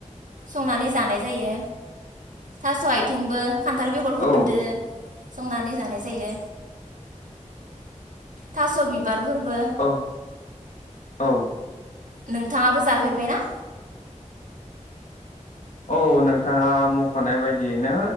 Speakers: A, on the right; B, on the left.
A: संनानै जानाय जायो थास' आथिंबो खान्थाल बेगर फोरदो
B: औ
A: संनानै जानाय जायो। थास' बि बार फोरबो
B: औ औ
A: नोंथाङाबो जाफेरबायना?
B: औ नोंथाङा मख'नाय बायदियैनो